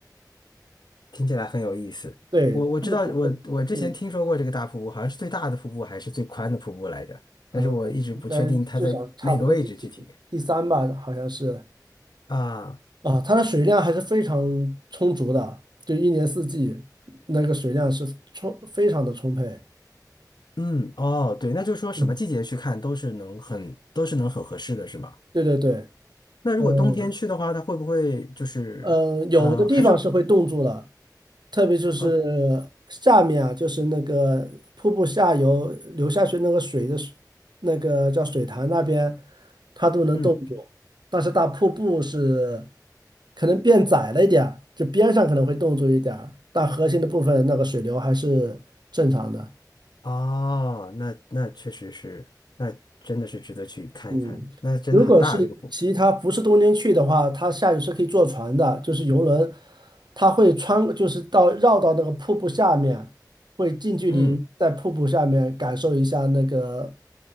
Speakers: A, on the left (about 75°); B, on the right (about 80°).
A: 听起来很有意思。
B: 对，
A: 我我知道，
B: 这个瀑布。
A: 我我之前听说过这个大瀑布，
B: 嗯。
A: 好像是最大的瀑布还是最宽的瀑布来着，
B: 呃，
A: 但是我一直不确定它在哪个位置具体
B: 应该至少差不多第第三吧，好像是
A: 啊。
B: 啊，它的水量还是非常充足的，就一年四季那个水量是充非常的充沛。
A: 嗯，哦，对，那就是说什么季节去看都是能很都是能很合适的，
B: 嗯，
A: 是吗？
B: 对对对，
A: 那如果冬天去的话，
B: 嗯，
A: 它会不会就是呃还是
B: 呃，有的地方是会冻住了，特别就是
A: 呃
B: 下面啊，就是那个瀑布下游流下去那个水的水那个叫水潭那边，它都能冻住。
A: 嗯
B: 但是大瀑布是可能变窄了一点儿，就边上可能会冻住一点儿，但核心的部分那个水流还是正常的。
A: 哦，那那确实是，那真的是值得去看一看，
B: 嗯，
A: 那真的很大这个瀑布，
B: 如果是其他不是冬天去的话，它下去是可以坐船的，就是游轮，它会穿，就是到绕到那个瀑布下面，会近距离在瀑布下面感受一下那个
A: 嗯，